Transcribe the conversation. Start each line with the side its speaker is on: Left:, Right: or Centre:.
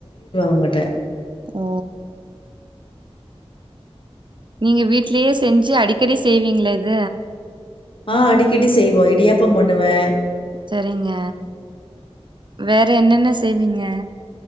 Left: ஊங்கட்ட
Right: ஓ நீங்க வீட்லயே செஞ்சு அடிக்கடி செய்வீங்ளா இத
Left: ஆ அடிக்கடி செய்வோ இடியாப்போ பண்ணுவே
Right: சரிங்க வேற என்னென்ன செய்வீங்க